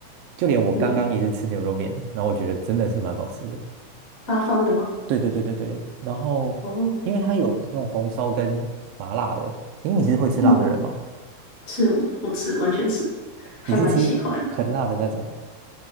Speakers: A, on the right; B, on the left.
A: 就连我刚刚也是吃牛肉面，
B: 嗯，
A: 然后我觉得真的是蛮好吃的。
B: 八方的吗？
A: 对对对对对，然后因为它有那种红烧跟麻辣的，
B: 哦，
A: 诶，你是会吃辣的人吗？
B: 嗯，吃我我吃完全吃，还蛮喜欢的。
A: 你是吃很辣的那种？